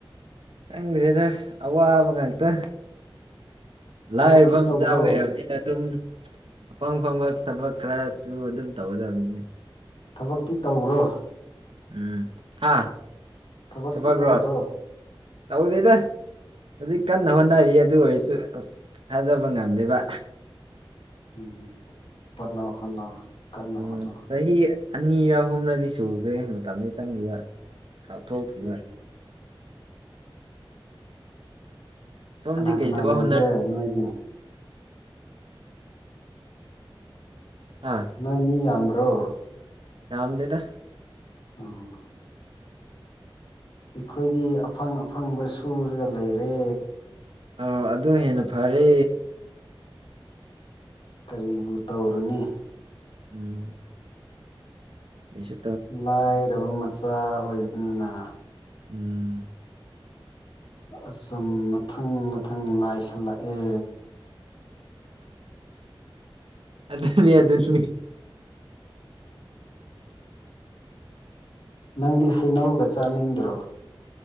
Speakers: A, on the right (about 70°); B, on the left (about 70°).
A: ꯈꯪꯗ꯭ꯔꯦꯗ ꯑꯋꯥꯕ ꯉꯥꯛꯇ ꯂꯥꯏꯔꯕ
B: ꯊꯕꯛꯇꯤ ꯇꯧꯕ꯭ꯔꯣ
A: ꯃꯆꯥ ꯑꯣꯏꯔꯕꯅꯤꯅ ꯑꯗꯨꯝ ꯑꯐꯪ ꯑꯐꯪꯕ ꯊꯕꯛ ꯈꯔꯁꯨ ꯑꯗꯨꯝ ꯇꯧꯒꯗꯕꯅꯤꯅꯦ
B: ꯊꯕꯛꯇꯤ ꯇꯧꯕ꯭ꯔꯣ
A: ꯎꯝ ꯍꯥ
B: ꯊꯕꯛꯇꯤ
A: ꯊꯕꯛꯂꯣ
B: ꯇꯧꯕ꯭ꯔꯣ
A: ꯇꯧꯗꯦꯗ ꯍꯧꯖꯤꯛ ꯀꯟꯅ ꯍꯣꯠꯅꯔꯤ ꯑꯗꯨ ꯑꯣꯏꯔꯁꯨ ꯑꯁ ꯊꯥꯖꯕ ꯉꯝꯗꯦꯕ
B: ꯎꯝ ꯍꯣꯠꯅꯧ ꯍꯣꯠꯅꯧ ꯀꯟꯅ
A: ꯎꯝ
B: ꯍꯣꯠꯅꯧ
A: ꯆꯍꯤ ꯑꯅꯤꯔ ꯑꯍꯨꯝꯂꯗꯤ ꯁꯨꯈ꯭ꯔꯦ ꯃꯇꯝꯖꯦ ꯆꯪꯈꯤꯕ ꯀꯊꯣꯛ <unintelligible>
B: ꯎꯝ
A: ꯁꯣꯝꯗꯤ
B: ꯀꯅꯥ
A: ꯀꯩ
B: ꯀꯅꯥ
A: ꯊꯕꯛ
B: ꯂꯩꯒꯦ
A: ꯍꯣꯠꯅ
B: ꯅꯣꯏꯗꯤ
A: ꯍꯥꯥ
B: ꯅꯣꯏ ꯃꯤ ꯌꯥꯝꯕ꯭ꯔꯣ
A: ꯌꯥꯝꯝꯗꯦꯗ
B: ꯎꯝ ꯑꯩꯈꯣꯏꯗꯤ ꯑꯐꯪ ꯑꯐꯪꯕ ꯁꯨꯔꯒ ꯂꯩꯔꯦ
A: ꯑꯣ ꯑꯗꯨ ꯍꯦꯟꯅ ꯐꯔꯦ
B: ꯀꯔꯤꯕꯨ ꯇꯧꯔꯨꯅꯤ
A: ꯎꯝ ꯑꯩꯁꯨ
B: ꯂꯥꯏꯔꯕ ꯃꯆꯥ ꯑꯣꯏꯕꯅꯤꯅ
A: ꯎꯝ
B: ꯑꯁꯨꯝ ꯃꯊꯪ ꯃꯊꯪ ꯂꯥꯏꯁꯜꯂꯛꯑꯦ
A: ꯑꯗꯨꯅꯤ ꯑꯗꯨꯅꯤ
B: ꯅꯪꯗꯤ ꯍꯩꯅꯧꯒ ꯆꯥꯅꯤꯡꯗ꯭ꯔꯣ